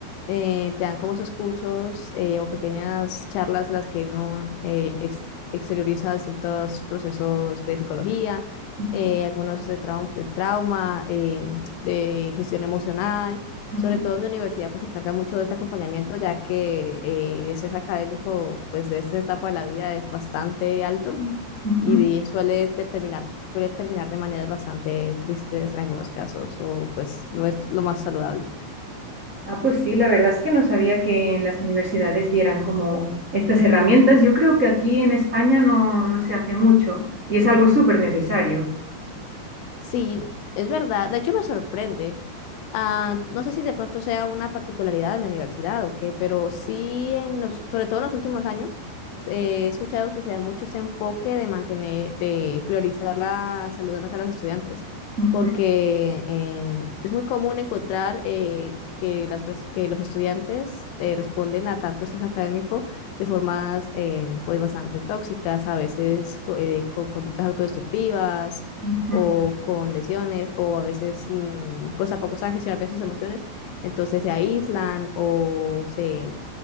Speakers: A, on the left; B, on the right.
A: eh, te dan como esos cursos eh, o pequeñas charlas en las que uno eh, ex- exterioriza distintos procesos de psicología,
B: Ujú,
A: eh, algunos de, trau- de trauma, eh, de gestión emocional.
B: ujú,
A: Sobre todo mi universidad pues se encarga mucho de este acompañamiento, ya que eh, el estrés académico pues de esta etapa de la vida es bastante alto <laughs>
B: ujú.
A: y de- suele determinar, suele terminar de maneras bastante tristes en algunos casos o pues no es lo más saludable.
B: Ah, pues sí, la verdad es que no sabía que en las universidades dieran como estas herramientas. Yo creo que aquí en España no, no se hace mucho y es algo súper necesario.
A: Sí, es verdad. De hecho, me sorprende. Ah, no sé si de pronto sea una particularidad de mi universidad o qué, pero sí, en los, sobre todo en los últimos años, eh, he escuchado que se da mucho ese enfoque de mantener, de priorizar la salud mental de los estudiantes,
B: Ujú,
A: porque em, es muy común encontrar eh, que, las, pers- que los estudiantes eh, responden a tanto estrés académico de formas eh, pues bastante tóxicas, a veces co- eh, con conductas autodestructivas
B: ujú,
A: o con lesiones o a veces mm, pues tampoco saben gestionar bien sus emociones, entonces se aíslan o se